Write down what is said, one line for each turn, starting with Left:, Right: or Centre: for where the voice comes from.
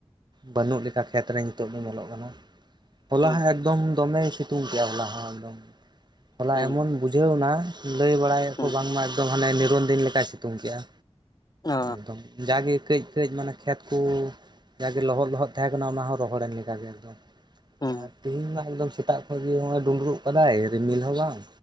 Right: ᱵᱟᱹᱱᱩᱜ ᱞᱮᱠᱟ ᱠᱷᱮᱛ ᱨᱮ ᱱᱤᱛᱚᱜ ᱫᱚ ᱧᱮᱞᱚᱜ ᱠᱟᱱᱟ᱾ ᱦᱚᱞᱟ
Left: ᱦᱩᱸ
Right: ᱦᱚᱸ ᱮᱠᱫᱚᱢ ᱫᱚᱢᱮᱭ ᱥᱤᱛᱩᱝ ᱠᱮᱜᱼᱟ ᱦᱚᱞᱟ ᱦᱚᱸ ᱮᱠᱫᱚᱢ, ᱦᱚᱞᱟ
Left: ᱦᱩᱸ
Right: ᱮᱢᱚᱱ ᱵᱩᱡᱷᱟᱹᱣᱱᱟ ᱞᱟᱹᱭ ᱵᱟᱲᱟᱭ ᱟᱠᱚ
Left: ᱦᱩᱸ
Right: ᱵᱟᱝᱢᱟ ᱮᱠᱫᱚᱢ ᱦᱟᱱᱮ ᱱᱤᱨᱚᱱ ᱫᱤᱱ ᱞᱮᱠᱟᱭ ᱥᱤᱛᱩᱝ ᱠᱮᱜᱼᱟ,
Left: ᱚ
Right: ᱮᱠᱫᱚᱢ ᱾ ᱡᱟ ᱜᱮ ᱠᱟᱹᱡ ᱠᱟᱹᱡ ᱢᱟᱱᱮ ᱠᱷᱮᱛ ᱠᱳ ᱡᱟᱜᱮ ᱞᱚᱦᱚᱫ ᱞᱚᱦᱚᱫ ᱛᱟᱦᱮᱸ ᱠᱟᱱᱟ ᱚᱱᱟ ᱦᱚᱸ ᱨᱚᱦᱚᱲ ᱮᱱ ᱞᱮᱠᱟ ᱜᱮ ᱮᱠᱫᱚᱢ᱾
Left: ᱦᱩᱸ
Right: ᱟᱨ ᱛᱮᱦᱤᱧ ᱢᱟ ᱮᱠᱫᱚᱢ ᱥᱮᱛᱟᱜ ᱠᱷᱚᱡ ᱦᱚᱜᱼᱚᱭ ᱰᱩᱸᱰᱨᱩᱜ ᱠᱟᱫᱟᱭ ᱨᱤᱢᱤᱞ ᱦᱚᱸ ᱵᱟᱝ